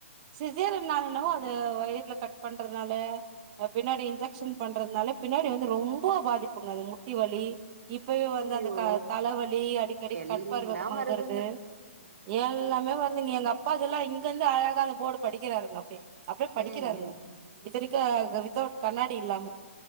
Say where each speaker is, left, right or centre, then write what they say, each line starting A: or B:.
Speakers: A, on the right; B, on the right.
A: சிசேரியன்னால என்னவோ
B: ம்
A: அது வயிருல கட் பண்றதுனால பின்னாடி இன்ஜெக்க்ஷன்
B: ம்
A: பண்றதுனால பின்னாடி வந்து ரொம்ப பாதிப்புங்க அது முட்டி வலி இப்பவே வந்து அந்த
B: ஐயோ
A: க தலவலி அடிக்கடி
B: எல்லா
A: கண் பார்வ மங்கறது
B: வருதுங்க ம்
A: எல்லாமே
B: ம்
A: வருதுங்க எங்க அப்பா அதெல்லா இங்க இருந்து அழகா அந்த போர்டு படிக்கிறாருங்க அப்டி அப்டியே படிக்கிறாருங்க
B: ம் ம்
A: இத்தனைக்கு
B: ம்
A: வித்தவுட் கண்ணாடி இல்லாம